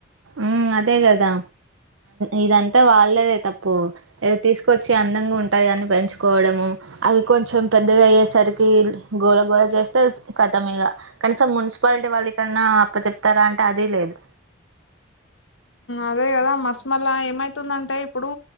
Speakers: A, on the right; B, on the left.
A: ఆ అదే కదా ఇదంతా వాళ్ళదే తప్పు ఏదో తీసుకొచ్చి అందంగా ఉంటాయ అని పెంచుకోవడము అవి కొంచెం పెద్దగా అయ్యేసరికి గోళ గోళ చేస్తే ఖతమే ఇగా కనీసం మున్సిపాలిటీ వాళ్ళ కన్నా అప్పచెప్తారా అంటే అది లేదు
B: అదే కదా మస్త్ మళా ఏమైతుందంటే ఇప్పుడు